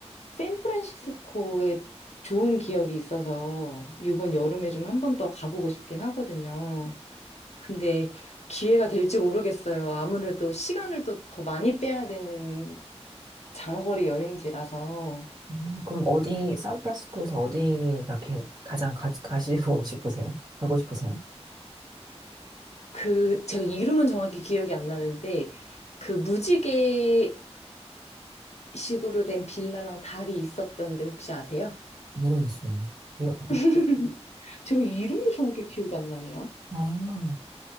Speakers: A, on the left; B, on the right.
A: 샌프란시스코에 좋은 기억이 있어서 이번 여름에 좀 한번 더 가보고 싶긴 하거든요. 근데 기회가 될지 모르겠어요. 아무래도 시간을 또 더 많이 빼야 되는 장거리 여행지라서
B: 음, 그럼 어디, 샌프란시스코에서 어디가 게- 가장 가, 가시고 <laughs> 싶으세요? 가고 싶으세요?
A: 그 제가 이름은 정확히 기억이 안 나는데 그 무지개 식으로 된 빌라랑 달이 있었던데 혹시 아세요?
B: 모르겠어요. 여-
A: <laughs> 제가 이름이 정확히 기억이 안 나네요.
B: 음.